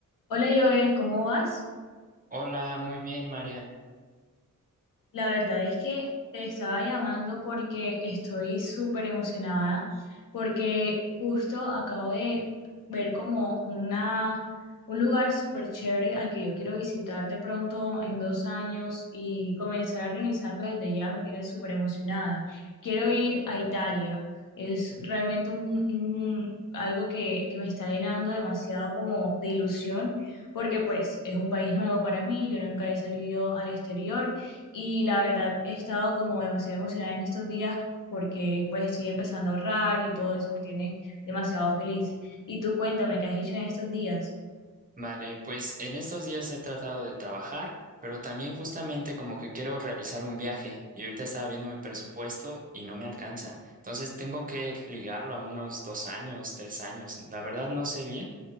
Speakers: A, on the left; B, on the right.
A: Hola Joel, ¿cómo vas?
B: Hola, muy bien, María.
A: La verdad es que te estaba llamando porque estoy súper emocionada, porque justo acabo de ver como una, un lugar súper chévere al que yo quiero visitar de pronto en dos años y comenzar a organizarlo desde ya, me tiene súper emocionada. Quiero ir a Italia, es realmente un, un- algo que, que me está llenando demasiado como de ilusión, porque pues es un país nuevo para mí, yo nunca he salido al exterior. Y la verdad, he estado como demasiado emocionada en estos días porque pues estoy empezando a ahorrar y todo eso me tiene demasiado feliz. Y tú cuéntame, ¿qué has hecho en estos días?
B: Vale, pues en estos días he tratado de trabajar, pero también justamente como que quiero realizar un viaje y ahorita estaba viendo mi presupuesto y no me alcanza. Entonces tengo que ligarlo a unos dos años, tres años. La verdad no sé bien,